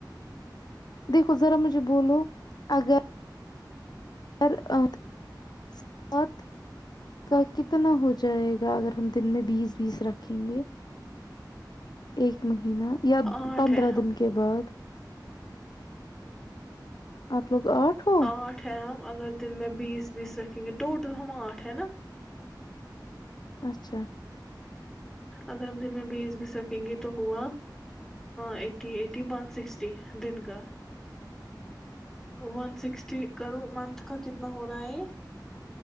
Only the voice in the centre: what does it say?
آٹھ
ہے ہم
آٹھ ہے ہم اگر دن میں بیس بیس رکھیں گے ٹوٹل ہم آٹھ ہے نا
اگر ہم دن میں بی ایس بیس رکھیں گے تو ہوا ایٹی ایٹی ون سکسٹی دن کا ون سکسٹی کرو مت کا کتنا ہو رہا ہے